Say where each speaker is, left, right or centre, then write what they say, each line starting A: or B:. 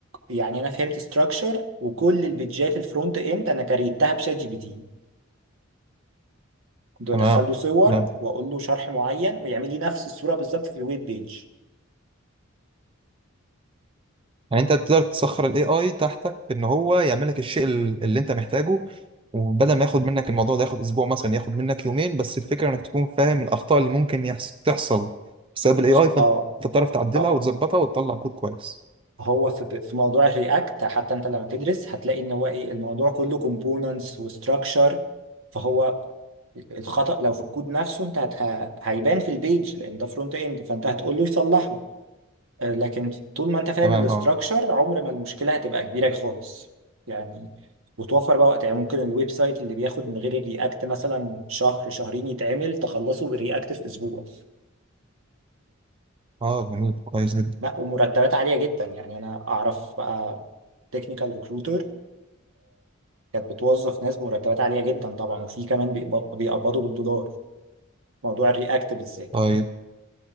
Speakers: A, on the right; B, on the right.
A: يعني انا فهمت ستراكشر وكل البيدجات الفرونت اند انا كريتها بشات جي بي تي كنت بدخل
B: تمام
A: له صور
B: تمام.
A: واقول له شرح معين ويعمل لي نفس الصورة بالظبط في الويب بيج
B: يعني انت تقدر تسخر الاي اي تحتك في ان هو يعمل لك الشيء ال- اللي انت محتاجه وبدل ما ياخد منك الموضوع ده ياخد اسبوع مثلا ياخد منك يومين بس الفكره انك تكون فاهم الاخطاء اللي ممكن يحص- تحصل بسبب الاي
A: بص
B: اي فانت
A: اه
B: بتعرف تعدلها
A: اه آه،
B: وتظبطها وتطلع كود كويس
A: هو في في موضوع الرياكت حتى انت لما تدرس هتلاقي ان هو ايه الموضوع كله كومبوننتس وستراكشر فهو الخطأ لو في الكود نفسه انت هت- هيبان في البيج لان ده فرونت اند فانت هتقول له يصلحه آه، لكن طول ما انت فاهم
B: تمام
A: الاستراكشر
B: اه
A: عمر ما المشكله هتبقى كبيره خالص يعني وتوفر بقى وقت يعني ممكن الويب سايت اللي بياخد من غير الرياكت مثلا شهر شهرين يتعمل تخلصه بالرياكت في اسبوع
B: اه جميل كويس جدا
A: لا ومرتبات عاليه جدا يعني انا اعرف بقى تكنيكال ريكروتر كانت بتوظف ناس بمرتبات عاليه جدا طبعا وفي كمان بيقبض- بيقبضوا بالدولار موضوع الرياكت بالذات
B: طيب